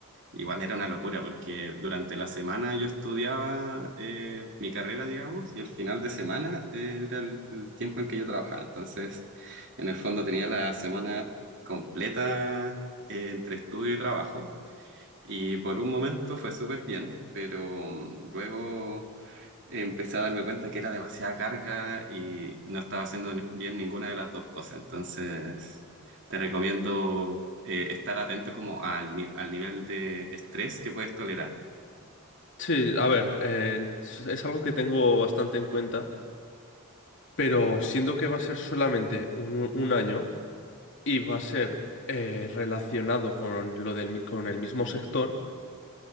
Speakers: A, on the right (about 55°); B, on the left (about 55°).
A: Igual era una locura porque durante la semana yo estudiaba eh, mi carrera, digamos, y el final de semana eh, era el, el tiempo en que yo trabajaba. Entonces, en el fondo tenía la semana completa eh, entre estudio y trabajo. Y por un momento fue súper bien, pero mm, luego empecé a darme cuenta que era demasiada carga y no estaba haciendo ni- bien ninguna de las dos cosas. Entonces, te recomiendo eh, estar atento como al, ni- al nivel de estrés que puedes tolerar.
B: Sí, a ver, eh, es es algo que tengo bastante en cuenta, pero siendo que va a ser solamente un, un año y va a ser eh, relacionado con lo del, mi- con el mismo sector